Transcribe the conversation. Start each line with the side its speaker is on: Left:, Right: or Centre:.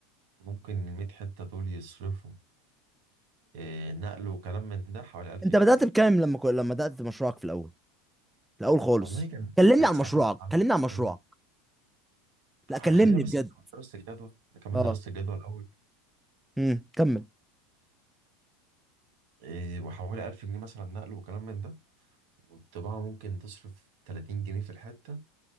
Right: ممكن الميت حتة دول يصرفوا إيه نقل وكلام من ده حوالي 1000
Centre: انت
Right: جنيه
Centre: بدات بكام لما ك... لما بدات مشروعك في الاول في الاول خالص
Right: والله كان
Centre: كلمني
Right: كان
Centre: عن
Right: ساعتها
Centre: مشروعك
Right: أسعار
Centre: كلمني عن مشروعك
Right: حلوة
Centre: لا
Right: آه،
Centre: كلمني
Right: خلينا بس
Centre: بجد
Right: نكمل دراسة الجدوى نكمل
Centre: اه
Right: دراسة الجدوى الأول
Centre: امم كمل
Right: إيه وحوالي 1000 جنيه مثلا نقل وكلام من ده والطباعة ممكن تصرف 30 جنيه في الحتة